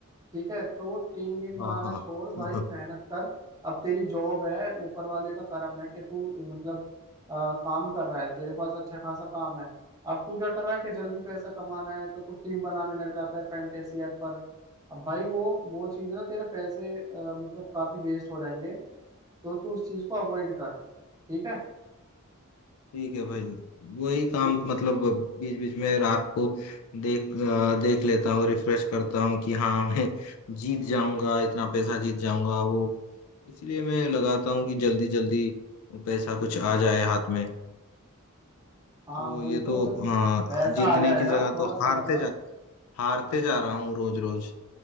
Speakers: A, on the right (about 15°); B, on the left (about 80°).
A: ठीक है तो टीम वीम बनाना
B: हाँ हाँ हाँ
A: छोड़ भाई
B: हाँ हाँ।
A: मेहनत कर अब तेरी जॉब है ऊपर वाले का करम है कि तू मतलब आ, काम कर रहा है तेरे पास अच्छा खासा काम है अब तू क्या कर रहा है कि जल्दी पैसा कमाना है तो तू टीम बनाने लग जाता है फैंटेसी ऐप पर अब भाई वो वो चीज ना तेरे पैसे आ, मतलब काफी वेस्ट हो जाएंगे तो तू उस चीज को अवॉइड कर ठीक है
B: ठीक है भाई वही काम
A: ठीक
B: मतलब बीच बीच में रात को देख आ, देख लेता हूँ रिफ्रेश करता हूँ कि हाँ मैं जीत जाऊंगा इतना पैसा जीत जाऊंगा वो इसीलिए मैं लगाता हूँ कि जल्दी जल्दी पैसा कुछ आ जाए हाथ में
A: हाँ
B: तो
A: वही
B: ये
A: तो
B: तो
A: चल
B: अ,
A: पैसा
B: जीतने
A: आ जाएगा
B: की जगह
A: थोड़ा
B: तो
A: सब्र
B: हारते
A: रख
B: जा हारते जा रहा हूँ रोज रोज